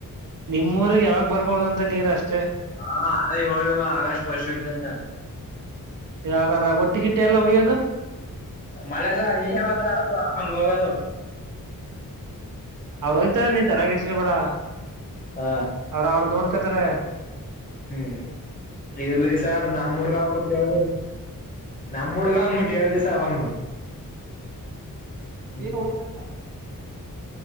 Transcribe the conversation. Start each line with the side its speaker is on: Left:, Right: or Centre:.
Right: ನಿಮ್ಮ ಊರಿಗೆ ಯಾವಾಗ ಬರ್ಬಹುದು ಅಂತ ನೀರ ಅಷ್ಟೆ
Left: ಹಾ ಅದ ಹೇಳುವ ಆಗಸ್ಟ್ ಫಸ್ಟ್ ವೀಕ್ ಇಂದ
Right: ಯಾವಾಗಾರ ಬಟ್ಟೆ ಗಿಟ್ಟೆ ವಯ್ಯುವುದು
Left: ಮಲಸ ನಿಶೇ ಮಾತ ನ ಹಂಗೋಗಾದ
Right: ಅವ್ರು ಹೋಯ್ತಾರೆ ನೀ ತಡ ಕೆಸಗೆ ಬೇಡ
Left: ಹ
Right: ಅವ್ರ ಅವ್ರ ನೋಡ್ ತರೆ
Left: ಹ್ಮ್ ಇರ್ಲಿ ಸಾರ್ ನಮ್ಮ ಹುಡ್ಗ ಆಂದಬಿಟ್ಟು ಹೇಳ್ದ ನಮ್ಮ ಹುಡ್ಗ ಆನ್ಬಿಟ್ಟು ಹೇಳ್ದ ಸರ್ ಅವನು ಹ್ಮ್
Right: ನೀ ಳಕಣ ಹ